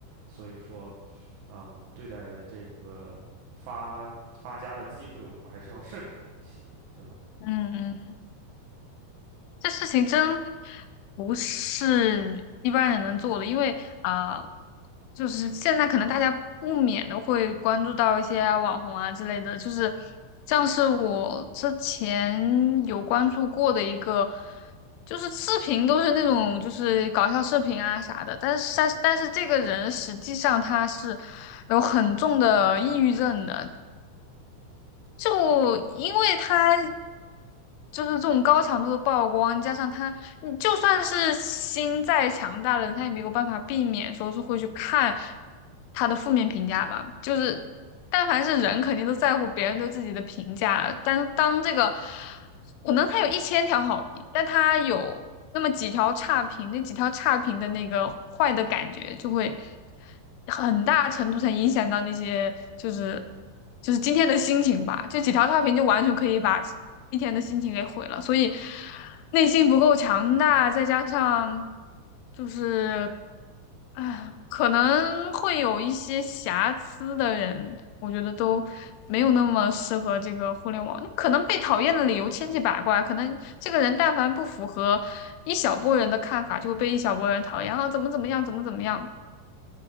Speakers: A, on the right; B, on the left.
A: 所以说。啊，我们对待这个发发家的机会，我们还是要慎重一些的，对吧？
B: 嗯嗯。这事情真不是一般人能做的，因为啊、就是现在可能大家不免的会关注到一些网红啊之类的，就是像是我之前有关注过的一个，就是视频都是那种就是搞笑视频啊啥的，但是但是但是这个人实际上他是
A: 嗯哼，
B: 有很重的抑郁症的。就因为他就是这种高强度的曝光，加上他，你就算是心再强大的人，他也没有办法避免说是会去看他的负面评价吧。就是，但凡是人，肯定都在乎别人对自己的评价。但当这个，可能他有一千条好评，但他有那么几条差评，那几条差评的那个坏的感觉就会。很大程度上影响到那些就是就是今天的心情吧。就几条差评就完全可以把一天的心情给毁了。所以内心不够强大，再加上就是啊，可能会有一些瑕疵的人，我觉得都没有那么适合这个互联网。那可能被讨厌的理由千奇百怪，可能这个人但凡不符合一小波人的看法，就会被一小波人讨厌啊，怎么怎么样，
A: 嗯哼，
B: 怎么怎么样。